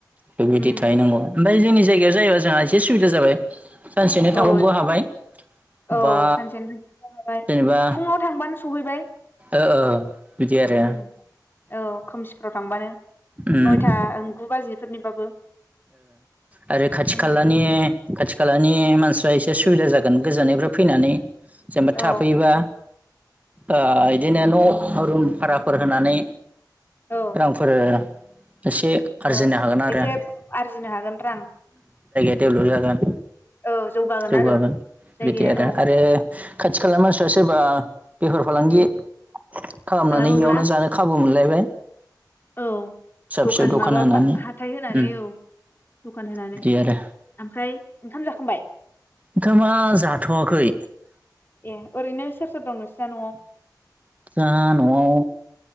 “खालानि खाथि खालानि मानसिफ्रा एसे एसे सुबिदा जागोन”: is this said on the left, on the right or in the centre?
Right